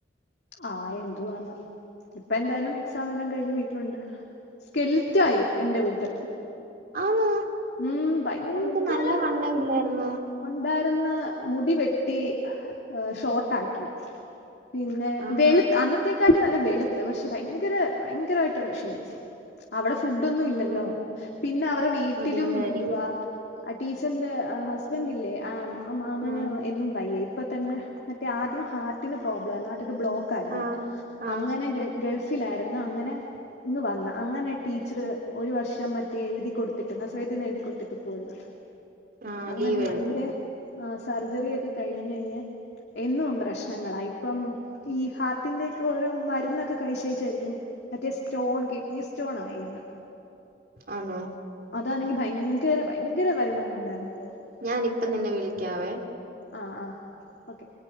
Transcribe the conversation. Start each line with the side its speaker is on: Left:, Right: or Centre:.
Left: ആഹ് എന്തുവാണോ ഇപ്പ എന്തായാലും എക്സാം എല്ലാം കഴിഞ്ഞ് വീട്ടിലുണ്ട് സ്കെൽറ്റ ആയി എന്റെ കൂട്ട്
Right: ആണോ
Left: ഉം ഭയങ്കര
Right: അവൾക്ക് നല്ല വണ്ണം ഇല്ലായിരുന്നോ
Left: ഉണ്ടായിരുന്ന മുടി വെട്ടി ഷോർട്ട ആക്കി പിന്നെ
Right: ആഹാ
Left: വെളു അന്നത്തെേക്കാട്ടി നല്ല വെളുത്ത് പക്ഷെ ഭയങ്കര ഭയങ്കരമായിട്ട് ക്ഷീണിച്ചു അവിടെ ഫുഡൊ ഒന്നും ഇല്ലല്ലോ
Right: ഉം
Left: പിന്നെ അവരുടെ വീട്ടിലും
Right: അതുകൊണ്ടായിരിക്കും
Left: എന്തുവാ ആ ടീച്ചറിന്റെ ഹസ്ബന്റില്ലേ ആഹ് ആ മാമന
Right: ഉം
Left: എന്നും വയ്യ ഇപ്പൊ തന്നെ മറ്റേ ആദ്യം ഹാർട്ടിന് പ്രോബ്ലം ആയിരുന്നു ബ്ലോക്ക് ആരുന്നു
Right: ആഹ് ആഹ്
Left: അങ്ങനെ ഗൾഫിലായിരുന്നു അങ്ങനെ ഇങ്ങ് വന്ന അങ്ങനെ ടീച്ചർ ഒരു വർഷം മറ്റേ എഴുതി കൊടുത്തിട്ട് നസ്രയത്തിൽ നിന്ന് എഴുതി കൊടുത്തിട്ട് പോന്നു
Right: ആഹ്
Left: അങ്ങനെ
Right: ലീവ് എഴുതി
Left: അയിന്റെ ആഹ് സർജറി ഒക്കെ കഴിഞ് കഴിഞ്ഞഞ് എന്നും പ്രശ്നങ്ങളാ ഇപ്പം ഈ ഹാർട്ടിന്റെ ഒക്കെ ഓരോ മരുന്നൊക്കെകഴിച്ചുകഴിച്ചായിരിക്കും മറ്റേ സ്റ്റോൺ കിഡ്നി സ്റ്റോൺ ആയിരുന്നു
Right: ആണോ
Left: അതാണെങ്കി ഭയങ്കര ഭയങ്കര വലുതങ്ങാണ്ടായിരുന്നു എന്നു തോന്നുന്നു
Right: ഞാനിപ്പം നിന്നെ വിളിക്കാവേ
Left: ആഹ് ആഹ് ഓക്കെ